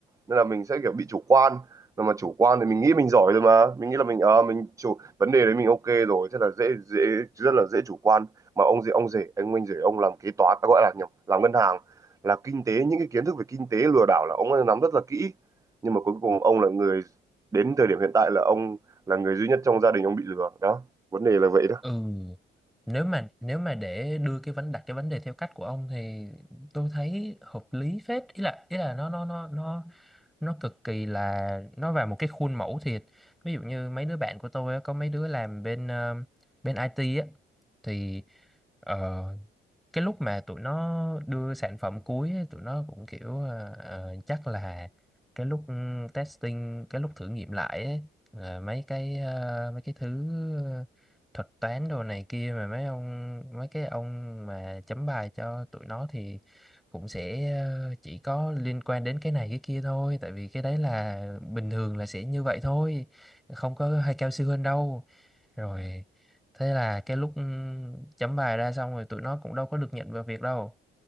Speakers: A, on the right; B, in the centre.
A: nên là mình sẽ kiểu bị chủ quan mà mà chủ quan thì mình nghĩ mình giỏi rồi mà mình nghĩ là mình ờ mình chủ vấn đề đấy mình ok rồi thế là dễ dễ rất là dễ chủ quan mà ông gì ông rể anh anh rể ông làm kế toán à, gọi là nhầm làm ngân hàng là kinh tế những cái kiến thức về kinh tế lừa đảo là ông ấy nắm rất là kỹ nhưng mà cuối cùng ông là người đến thời điểm hiện tại là ông là người duy nhất trong gia đình ông bị lừa đó vấn đề là vậy đó,
B: ừ nếu mà nếu mà để đưa cái vấn đặt cái vấn đề theo cách của ông thì tôi thấy hợp lý phết ý là ý là nó nó nó nó nó cực kỳ là nó vào một cái khuôn mẫu thiệt ví dụ như mấy đứa bạn của tôi á, có mấy đứa làm bên ờ, bên IT á thì ờ, cái lúc mà tụi nó đưa sản phẩm cuối ấy, tụi nó cũng kiểu ờ, ờ, chắc là cái lúc ừ, testing cái lúc thử nghiệm lại ấy, là mấy cái ờ, mấy cái thứ ờ, thuật toán đồ này kia mà mấy ông mấy cái ông mà chấm bài cho tụi nó thì cũng sẽ ờ, chỉ có liên quan đến cái này cái kia thôi tại vì cái đấy là bình thường là sẽ như vậy thôi không có hay cao siêu hơn đâu rồi thế là cái lúc chấm bài ra xong rồi tụi nó cũng đâu có được nhận vào việc đâu